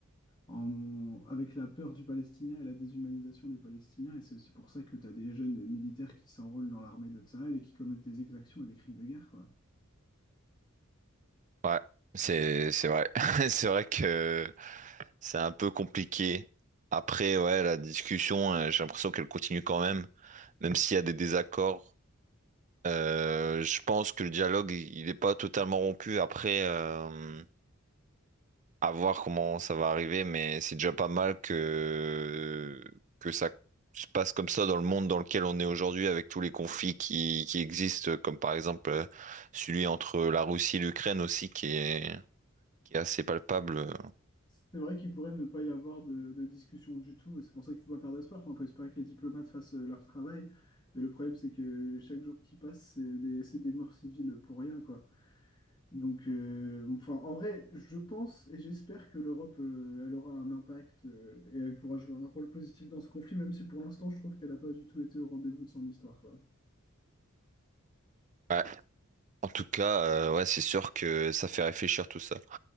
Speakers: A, on the left; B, on the right.
A: en- avec la peur du Palestinien et la déshumanisation des Palestiniens. Et c'est aussi pour ça que tu as des jeunes militaires qui s'enrôlent dans l'armée de Tsahal et qui commettent des exactions et des crimes de guerre, quoi.
B: Ouais, c'est c'est vrai. <laughs> C'est vrai que c'est un peu compliqué. Après, ouais, la discussion, euh, j'ai l'impression qu'elle continue quand même, même s'il y a des désaccords. Euh, je pense que le dialogue, il n'est pas totalement rompu. Après, euh, À voir comment ça va arriver, mais c'est déjà pas mal que, que ça se passe comme ça dans le monde dans lequel on est aujourd'hui, avec tous les conflits qui, qui existent, comme par exemple euh, celui entre la Russie et l'Ukraine aussi, qui est, qui est assez palpable.
A: C'est vrai qu'il pourrait ne pas y avoir de, de discussion du tout, et c'est pour ça qu'il ne faut pas perdre espoir. Enfin, il faut espérer que les diplomates fassent euh, leur travail. Mais le problème, c'est que chaque jour qui passe, c'est des, c'est des morts civiles pour rien, quoi. Donc, euh, enfin, en vrai, je pense et j'espère que l'Europe, euh, elle aura un impact euh, et elle pourra jouer un rôle positif dans ce conflit, même si pour l'instant, je trouve qu'elle n'a pas du tout été au rendez-vous de son histoire, quoi.
B: Ouais. En tout cas, euh, ouais, c'est sûr que ça fait réfléchir tout ça.